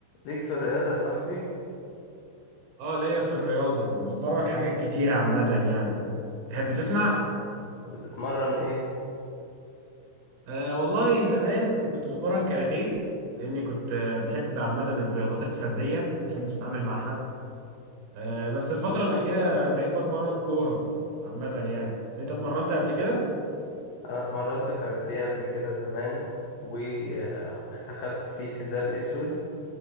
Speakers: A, on the left; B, on the right.
A: ليك في الرياضة يا صاحبي
B: اه ليا في الرياضة بتمرن حاجات كتير عامة يعني تحب تسمع؟
A: بتتمرن ايه؟
B: آه والله زمان كنت بتمرن كاراتيه لأني كنت آه، بحب عامة الرياضات الفردية ما بحبش أتعامل مع حد آه بس الفترة الأخيرة بقيت بتمرن كورة عامة يعني أنت اتمرنت قبل كده؟
A: انا اتمرنت كاراتيه قبل كده زمان واخدت فيه حزام اسود